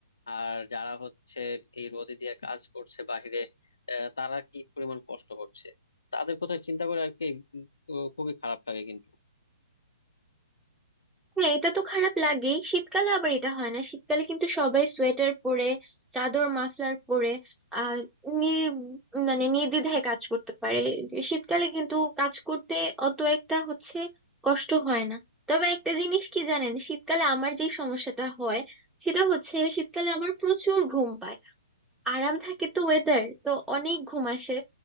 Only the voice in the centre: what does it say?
হ্যাঁ এটা তো খারাপ লাগে শীতকালে আবার এটা হয় না শীতকালে কিন্তু সবাই সোয়েটার পরে চাদর মাফলার পরে আহ নির মানে নির্দ্বিধায় কাজ করতে পারে শীতকালে কিন্তু কাজ করতে অত একটা হচ্ছে কষ্ট হয় না তবে একটা জিনিস কি জানেন শীতকালে আমার যে সমস্যাটা হয় সেটা হচ্ছে শীতকালে আমার প্রচুর ঘুম পায় আরাম থাকে তো ওয়েদার তো অনেক ঘুম আসে